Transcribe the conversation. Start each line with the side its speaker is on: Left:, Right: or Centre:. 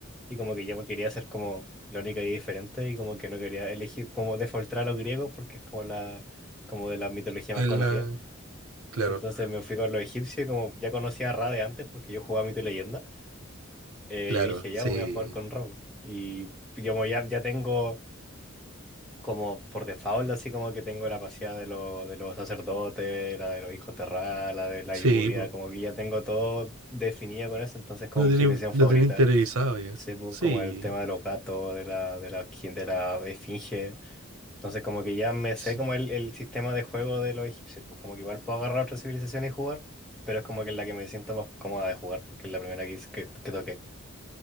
Centre: y como que yo quería ser como la única y diferente, y como que no quería elegir, como defaultar a los griegos, porque es como la, como de la mitología más
Right: En
Centre: conocida.
Right: la- Claro,
Centre: Entonces me fui con los egipcios y como ya conocía a Ra de antes porque yo jugaba Mito y Leyenda, eh,
Right: claro,
Centre: yo dije, ya
Right: sí,
Centre: voy a jugar con Ra. Y como ya, ya tengo como por default, así como que tengo la paseada de, los de los sacerdotes, la de los hijos de Ra, la de la
Right: sí,
Centre: lluvia,
Right: po.
Centre: como que ya tengo todo definido con eso, entonces como
Right: Lo
Centre: mi
Right: tenía,
Centre: civilización
Right: lo
Centre: favorita,
Right: tenía interiorizado ya.
Centre: sí, pues,
Right: Sí,
Centre: como el tema de los gatos, de la, de la, de la esfinge. Entonces como que ya me sé
Right: sí,
Centre: como el, el sistema de juego de los egipcios, pues como que igual puedo agarrar otra civilización y jugar, pero es como que es la que me siento más cómoda de jugar porque es la primera que, hice- que, que toqué.